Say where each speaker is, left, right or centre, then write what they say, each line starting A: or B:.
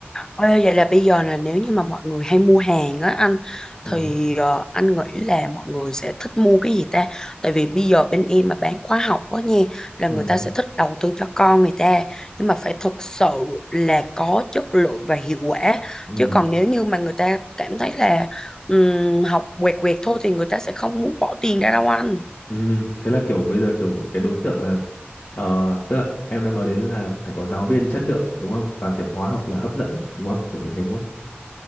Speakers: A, on the left; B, on the left.
A: Ê, vậy là bây giờ là nếu như mà mọi người hay mua hàng á anh
B: ừ
A: thì ờ, anh nghĩ là mọi người sẽ thích mua cái gì ta? Tại vì bây giờ bên em mà bán khóa học đó nha là người
B: ừ
A: ta sẽ thích đầu tư cho con người ta nhưng mà phải thực sự là có chất lượng và hiệu quả
B: ừ
A: chứ còn nếu như mà người ta cảm thấy là ừm, học quẹt quẹt thôi thì người ta sẽ không muốn bỏ tiền ra đâu anh.
B: ừ thế là kiểu bây giờ kiểu cái đối tượng là ờ, tức là em đang nói đến là phải có giáo viên chất lượng đúng không và kiểu hóa học là hấp dẫn đúng không kiểu như thế đúng không